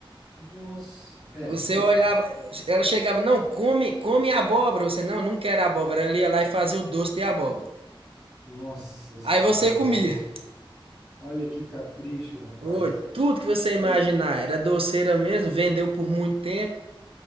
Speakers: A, in the centre; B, on the right.
A: nossa. É,
B: Você
A: bom,
B: olhava, ela chegava, não, come, come abóbora. Você, não, não quero abóbora. Ela ia lá e fazia o doce de abóbora.
A: nossa senhora.
B: Aí você comia.
A: Olha que capricho, rapaz.
B: Oi, tudo que você imaginar
A: Eu não,
B: era doceira mesmo, vendeu por muito tempo